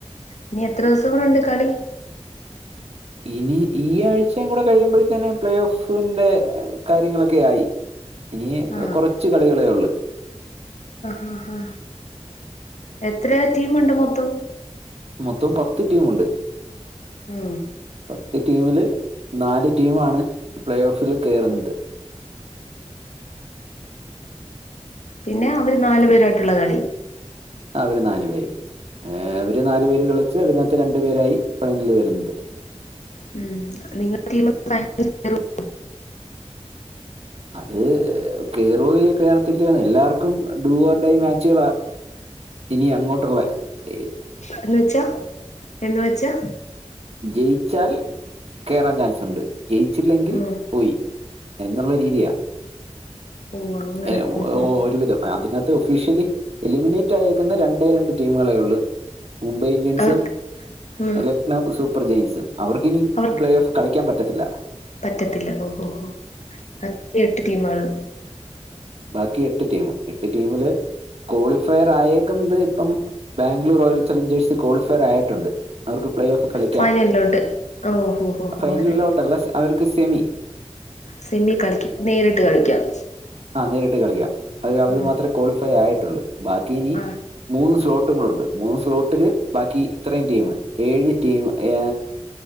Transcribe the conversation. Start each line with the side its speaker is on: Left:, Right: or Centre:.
Left: ഇനി എത്രൂസം കൂടെ ഉണ്ട് കളി?
Right: ഇനി ഈ ആഴ്ചയും കൂടെ കഴിയുമ്പഴത്തേനെ പ്ലേ ഓഫിന്റെ കാര്യങ്ങളൊക്കെ ആയി. ഇനി
Left: ആഹ്
Right: കൊറച്ച് കളികളെ ഒള്ള്.
Left: അഹ് ആഹ്. എത്ര ടീമുണ്ട് മൊത്തം?
Right: മൊത്തം പത്ത് ടീമുണ്ട്.
Left: ഉം.
Right: പത്ത് ടീമില് നാല് ടീമാണ് പ്ലേ ഓഫില് കേറുന്നത്.
Left: പിന്നെ അവര് നാല്
Right: ഉം.
Left: പേരു ആയിട്ടുള്ള കളി.
Right: അവര് നാല് പേരും. അവര് നാലു പേര് കളിച്ച് അതിനകത്ത് രണ്ടു പേരായി ഫൈനലിൽ വരുന്നത്.
Left: ഉം നിങ്ങ <inaudible>
Right: അത് കേറ്വോ കേറത്തില്ലേന്ന്, എല്ലാർക്കും ഡൂ ഓർ ഡൈ മാച്ചുകളാ ഇനിയങ്ങോട്ടുള്ളെ. ഏഹ്.
Left: എന്ന് വെച്ചാ എന്ന് വെച്ചാ?
Right: ജയിച്ചാൽ കേറാൻ ചാൻസുണ്ട്. ജയിച്ചില്ലെങ്കിൽ
Left: ഉം
Right: പോയി. എന്നുള്ള രീ തിയാ.
Left: ഓ അങ്ങനെ
Right: എൽ
Left: ഉം ഉം
Right: ഒരുവിധം. അതിനകത്ത് ഒഫീഷ്യലി എലിമിനേറ്റ് ആയേക്കുന്നെ രണ്ടേ രണ്ട് ടീമുകളെ ഒള്ളു. മുംബൈ ഇന്ത്യൻസും
Left: അവർക്ക് ഉം
Right: എല്ല ന്നൊഫ് സൂപ്പർ ജെയിംസു. അവർക്കിനി
Left: അവർക്ക്
Right: പ്ലേ ഓഫ് കളിക്കാൻ പറ്റത്തില്ല.
Left: പറ്റത്തില്ല ഓഹോ ഹോ. അത് എട്ട് ടീമാണ്.
Right: ബാക്കി എട്ട് ടീമ്. എട്ട് ടീമില് ക്വാളിഫയർ ആയേക്ക്ന്നത് ഇപ്പം ബാംഗ്ലൂർ റോയൽ ചലഞ്ചേഴ്സ് ക്വാളിഫയർ ആയിട്ടുണ്ട്. അവർക്ക് പ്ലേ ഓഫ് കളിക്കാം
Left: ഫൈനലിലുണ്ട് ഓഹോ ഹോ
Right: ഫൈനലിലോട്ടല്ല
Left: അങ്ങനെ
Right: സെ- അവർക്ക് സെമി
Left: സെമി കളിക്ക നേരിട്ട് കളിക്കാം
Right: ആ നേരിട്ട് കളിക്കാം അൽ അവര്
Left: ഉം
Right: മാത്രമേ ക്വാളിഫൈ ആയിട്ടുള്ളൂ ബാക്കിനി
Left: ആഹ്
Right: മൂന്ന് സ്ലോട്ടുകളുണ്ട് മൂന്ന് സ്ലോട്ടില് ബാക്കി ഇത്രയും ടീം ഏഴ് ടീമ് ഏ